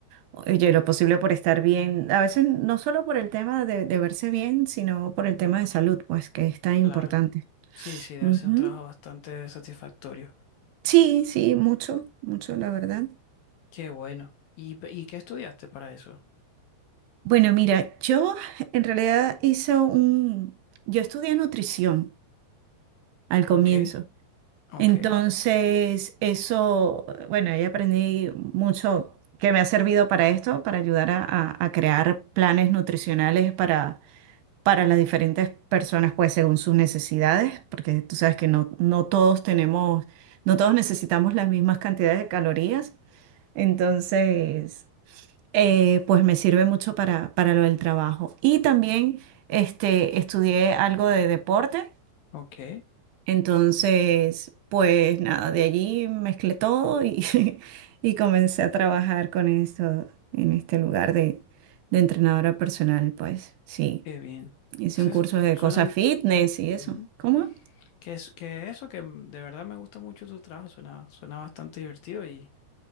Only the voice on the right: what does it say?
oye, lo posible por estar bien. A veces no solo por el tema de, de verse bien, sino por el tema de salud, pues que es tan
importante.
Ujú.
Sí, sí, mucho, mucho, la verdad.
Bueno, mira, yo en realidad hice un, yo estudié nutrición. al comienzo.
Entonces, eso, bueno, ahí aprendí mucho que me ha servido para esto, para ayudar a, a- a crear planes nutricionales para, para las diferentes personas, pues según sus necesidades, porque tú sabes que no, no todos tenemos, no todos necesitamos las mismas cantidades de calorías. Entonces, eh, pues me sirve mucho para, para lo del trabajo. Y también este, estudié algo de deporte
entonces, pues nada, de allí mezclé todo y, <laughs> y comencé a trabajar con esto en este lugar de, de entrenadora personal, pues sí.
Hice
un curso
de
cosas
fitness y eso.
¿Cómo?